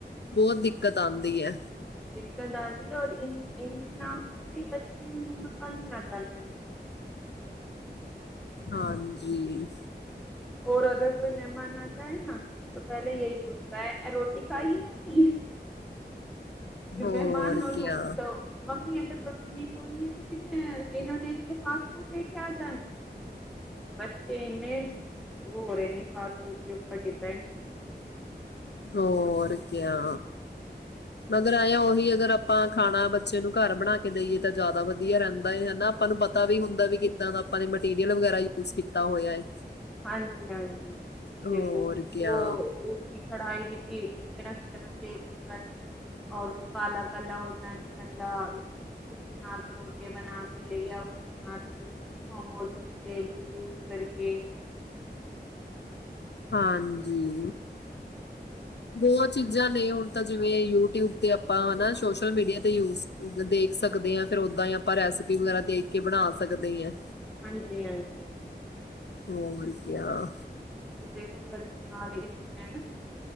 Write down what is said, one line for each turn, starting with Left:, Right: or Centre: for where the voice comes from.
Left: ਬੋਤ ਦਿੱਕਤ ਆਂਦੀ ਐ।
Centre: ਇੱਕਕਾ ਦਦੀ ਰ ਇ ਇਨ ਕੇ ਨਾਮ ਸੁਣਦੇ ਬੱਚੇ ਮ ਪਾ ਨੀ ਆ ਜਾਂਦਾ ਨਹੀਂ <unintelligible>
Left: ਹਾਂਜੀ
Centre: ਔਰ ਅਗਰ ਕੋਈ ਮਹਿਮਾਨ ਆ ਜਾਏ ਨਾ ਤਾਂ ਪੈਲੇ ਏਹੀ ਪੁੱਛਤਾ ਏ ਰੋਟੀ ਖਾਈ ਹੈ ਨਹੀਂ।
Left: ਹੋਰ
Centre: ਮਹਿਮਾਨ ਨਲੂੰ
Left: ਕਿਆ
Centre: ਤ ਮੰਮੀ ਏਧਰ ਰੋਟੀ ਨੀ ਪਾਉਣੀ ਹੈ ਤੇ ਫਿਰ ਮੈ ਇਹਨਾਂ ਨੇ ਫਾਸਟ ਫੂਡ ਲੈ ਕੇ ਆ ਜਾਣੀ ਬੱਚੇਨੇ ਉਹ ਹੋ ਰਹੇ ਨ ਫਾਸਟ ਫੂਡ ਕੇ ਉੱਪਰ ਡਿਪੈਂਡ।
Left: ਹੋਰ ਕੇਆ?
Centre: <inaudible>
Left: ਮਗਰ ਐਏਆ ਉਹੀ ਅਗਰ ਆਪਾਂ ਖਾਣਾ ਬੱਚੇ ਨੂੰ ਘਰ ਬਣਾ ਕੇ ਦੇਈਏ ਤਾਂ ਜ਼ਿਆਦਾ ਵਧੀਆ ਰਹਿੰਦਾ ਹਨਾ ਆਪਾਂ ਨੂੰ ਪਤਾ। ਤਾਂ ਵੀ ਹੁੰਦਾ ਵੀ ਕਿੱਦਾਂ ਦਾ ਆਪਾਂ ਨੇ ਮਟੀਰੀਅਲ ਵਗੈਰਾ ਯੂਜ ਕੀਤਾ ਹੋਇਆ ਹੈ।
Centre: ਹਾਂਜੀ- ਹਾਂਜੀ
Left: ਹੋਰ
Centre: ਦੇਖੋ
Left: ਕਿਆ
Centre: ਵੋ ਉਸੀ। ਕੜਾਈ ਵਿੱਚ ਈ ਕਿਤਨਾ ਕਿਤਨਾ ਤੇਲ ਹੋਨ ਕਰਕੇ ਔਰ ਉਹ ਕਾਲਾ- ਕਾਲਾ ਹੁੰਦਾ ਨੀ ਗੰਦਾ ਉਸੀ। ਉਸੀ ਨਾਲ ਪਰੋਠੇ ਬਣਾ ਦੇ ਜਾਂ ਉਸ ਨਾਲ ਫਿਰ। ਮੋਮੋਜ਼ ਉਸੀ ਤੇਲ ਕੋ ਯੂਜ ਕਰਕੇ।
Left: ਹਾਂਜੀ ਬਹੁਤ ਚੀਜ਼ਾਂ ਨੇ ਹੁਣ ਤਾਂ ਜਿਵੇਂ, ਯੂਟਿਊਬ ਤੇ ਆਪਾਂ ਹਨਾ ਸੋਸ਼ਲ ਮੀਡੀਆ ਤੇ ਯੂਜ। ਦੇਖ ਸਕਦੇ ਹਾਂ, ਫੇਰ ਓਦਾਂ ਹੀ ਆਪਾਂ ਰੈਸਪੀ ਵਗ਼ੈਰਾ ਦੇਖ ਕੇ ਬਣਾ ਸਕਦੇ ਐ।
Centre: ਹਾਂਜੀ ਹਾਂਜੀ
Left: ਹੋਰ ਕਯਾ?
Centre: ਵਜੇ ਕੁਕਰ ਨਾਲ ਲਈ ਇੰਨੀ ਮਿਹਨਤ